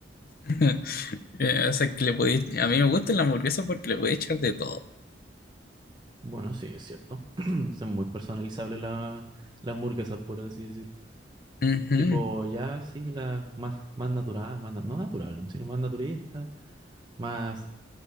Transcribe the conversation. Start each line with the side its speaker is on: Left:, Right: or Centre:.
Left: <laughs> Eh, o sea, que le podéis- a mí me gusta la hamburguesa porque le puede echar de todo.
Right: Bueno, sí, es cierto. <clears throat> Son muy personalizables la, las hamburguesas, por así decir.
Left: Ujú,
Right: Tipo, ya sí, la más, más natural, más, na- no natural, sino más naturista, más,